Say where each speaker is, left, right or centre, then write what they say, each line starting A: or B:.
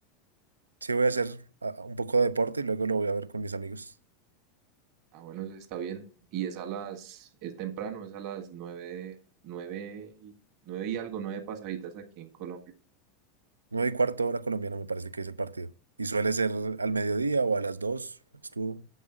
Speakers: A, on the right; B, on the right.
A: Sí, voy a hacer ah, un poco de deporte y luego lo voy a ver con mis amigos.
B: Ah, bueno, eso está bien. Y es a las, es temprano, es a las nueve, nueve y, nueve y algo, nueve pasaditas aquí en Colombia.
A: Nueve y cuarto hora colombiana me parece que es el partido. Y suele ser al mediodía o a las dos. Estuvo